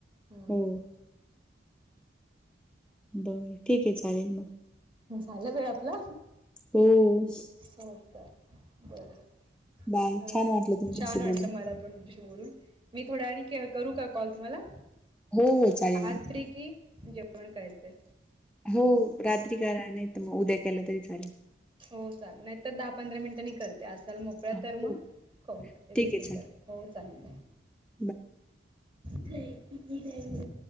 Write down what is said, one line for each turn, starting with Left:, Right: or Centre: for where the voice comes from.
Right: हम्म
Centre: हो
Right: हम्म.
Centre: बर ठीक आहे चालेल मग.
Right: झालं वेळ आपली?
Centre: हो स
Right: हो का बर
Centre: बाय
Right: हो
Centre: छान वाटलं तुमच्याशी
Right: छान वाटलं
Centre: बोलून
Right: मला पण बोलून मी थोड्या वेळाने करू का कॉल तुम्हाला?
Centre: हो हो चालेल
Right: आट त्रीेकी जेवण करायचंय
Centre: हो रात्री करा नाहीतर मग उद्या केला तरी चालेल.
Right: हो चाल नाही तर दहा पंधरा मिनिटंनी करते असाल मोकळ्या
Centre: हो
Right: तर मग करून
Centre: ठीक
Right: रिसीव
Centre: आहे चालेल
Right: करा. हो चालेल
Centre: बाय
Right: करा